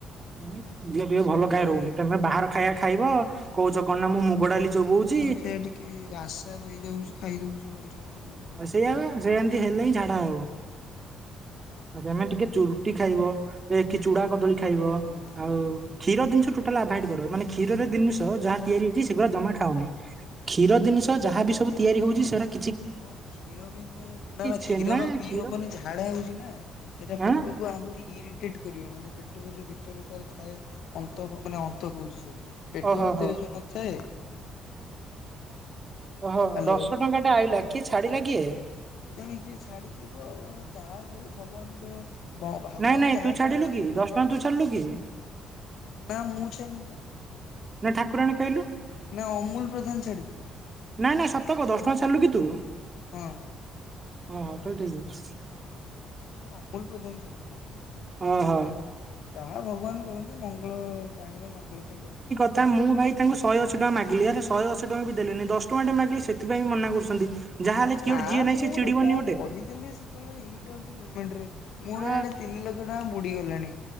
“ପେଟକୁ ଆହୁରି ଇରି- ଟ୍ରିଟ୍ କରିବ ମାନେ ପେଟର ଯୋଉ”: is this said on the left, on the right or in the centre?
Left